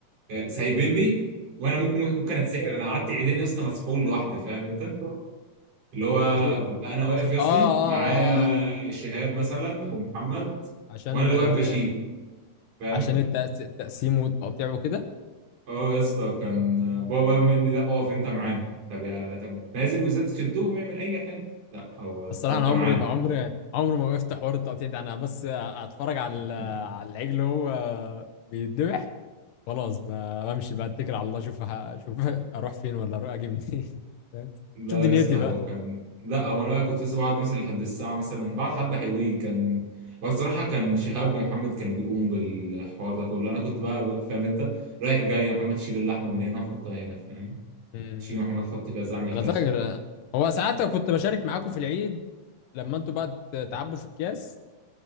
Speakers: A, on the right; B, on the left.
A: آه، سايبيني وانا ممكن ممكن اتسحر انا قعدت عيدين يا اسطى مسحول لوحدي فاهم انت اللي هو
B: ليه
A: ببقى انا واقف يا اسطى
B: اه اه
A: معايا
B: آه.
A: شهاب مثلا ومحمد
B: عشان
A: وانا اللي
B: ال...
A: واقف بشيل فاهم
B: عشان التقس... التقسيم والتقطيع وكده
A: اه يا اسطى كان بابا يقوم قايل لي لا اقف انت معانا طب يا طب نازل وزاد تشدهم يعمل اي حاجه لا هو انت
B: الصراحه
A: انت
B: انا عمري
A: معانا
B: ما عمري عمري ما وقفت حوار التقطيع ده انا بس اتفرج على ال-
A: <laughs>
B: على العجل وهو بيتذبح خلاص ب- بمشي بقى اتكل على الله اشوف ه- اشوف <laughs> اروح فين ولا اروح اجي منين <laughs> فاهم؟
A: لا
B: شوف دنيتي
A: يا اسطى هو
B: بقى
A: كان لا هو انا بقى كنت لسه بقعد مثلا لحد الساعه مثلا بعد حبه حلوين كان هو الصراحه كان شهاب ومحمد كانوا بيقوموا بالحوار ده كله انا كنت بقى فاهم انت رايح جاي يا محمد شيل اللحمه من هنا وحطها هنا فاهم
B: امم.
A: شيل يا محمد حط كذا اعمل
B: انا
A: كذا
B: فاكر هو ساعات كنت بشارك معاكم في العيد لما انتوا بقى تعبوا في الكاس